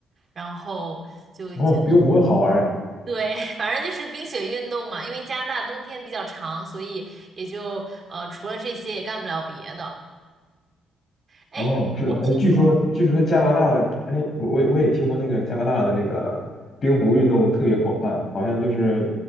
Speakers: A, on the right; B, on the left.
A: 然后就觉得，
B: 哦，冰壶好玩儿哎
A: 对，<laughs> 反正就是冰雪运动嘛，因为加拿大冬天比较长，所以也就呃除了这些也干不了别的。哎，
B: 哦，是的，
A: 我听说，
B: 哎，据说据说加拿大的，哎，我我也我也听说那个加拿大的那个冰壶运动特别广泛，好像就是，